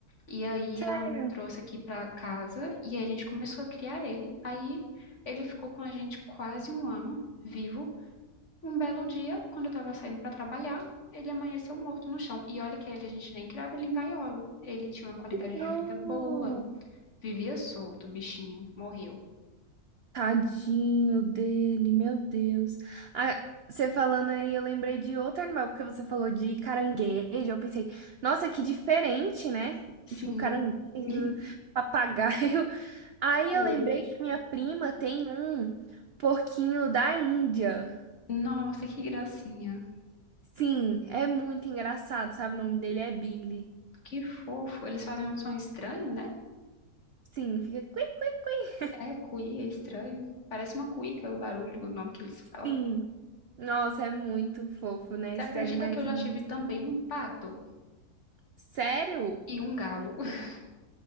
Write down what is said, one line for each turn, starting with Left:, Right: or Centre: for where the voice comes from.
Left: E aí
Right: Sério?
Left: ela me trouxe aqui pra casa e aí a gente começou a criar ele. Aí ele ficou com a gente quase um ano vivo. Um belo dia, quando eu tava saindo pra trabalhar, ele amanheceu morto no chão. E olha que ele, a gente nem criava ele em gaiola. Ele tinha uma qualidade
Right: Não.
Left: de vida boa, Vivia solto, o bichinho, morreu.
Right: Tadinho dele, meu Deus. Ah, você falando aí, eu lembrei de outro animal, porque você falou de caranguejo. Eu pensei, nossa, que diferente, né?
Left: Sim,
Right: Tipo, caranguejo,
Left: <laughs>
Right: papagaio. <laughs> Aí
Left: com
Right: eu
Left: ele.
Right: lembrei que a minha prima tem um porquinho da Índia.
Left: Nossa, que gracinha.
Right: Sim, é muito engraçado, sabe? O nome dele é Billy.
Left: Que fofo. Eles fazem um som estranho, né?
Right: Sim, fica cui, cui, cui.
Left: É, cuí, é estranho. Parece uma cuíca o barulho, o nome que eles falam.
Right: Sim. Nossa, é muito fofo, né?
Left: Você
Right: Esses
Left: acredita
Right: animais
Left: que eu
Right: lindos.
Left: já tive também um pato
Right: Sério?
Left: e um galo? <laughs>